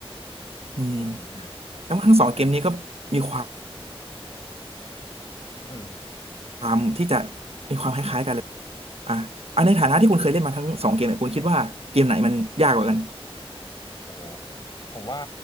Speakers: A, on the right; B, on the left.
A: อืม
B: อืมอืมอืม
A: แล้วทั้งสองเกมนี้ก็มีควา
B: อืม
A: มที่จะมีความคล้ายๆกันอ่ะอ่ะในฐานะที่คุณเคยเล่นมาทั้งสองเกมเนี่ยคุณคิดว่าเกมไหนมันยากกว่ากัน
B: โอ้โหผมว่า